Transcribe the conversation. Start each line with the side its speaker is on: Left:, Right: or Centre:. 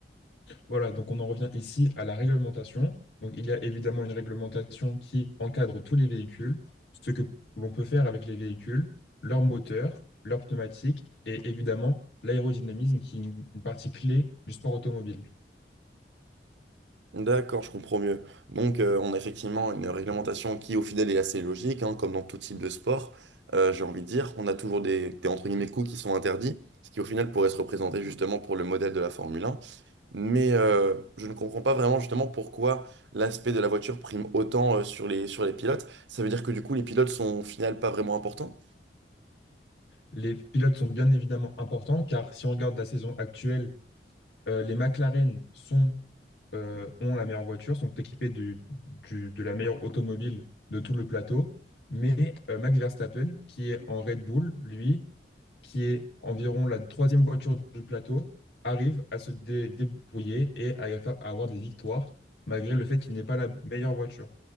Left: Voilà, donc on en revient ici à la réglementation. Donc il y a évidemment une réglementation qui encadre tous les véhicules, ce que l'on peut faire avec les véhicules, leur moteur, leur pneumatique et évidemment l'aérodynamisme qui est une une partie clé du sport automobile.
Right: D'accord, je comprends mieux. Donc, euh, on a effectivement une réglementation qui, au final, est assez logique, hein, comme dans tout type de sport. Euh, j'ai envie de dire, on a toujours des, des entre guillemets coups qui sont interdits, ce qui, au final, pourrait se représenter justement pour le modèle de la Formule 1. Mais euh, je ne comprends pas vraiment justement pourquoi l'aspect de la voiture prime autant euh, sur les, sur les pilotes. Ça veut dire que du coup, les pilotes sont au final pas vraiment importants?
Left: Les pilotes sont bien évidemment importants car si on regarde la saison actuelle, euh, les McLaren sont, euh, ont la meilleure voiture, sont équipés du- du- de la meilleure automobile de tout le plateau. Mais euh, Max Verstappen, qui est en Red Bull, lui, qui est environ la troisième voiture du plateau, arrive à se dé- débrouiller et à, y faire- à avoir des victoires, malgré le fait qu'il n'est pas la meilleure voiture.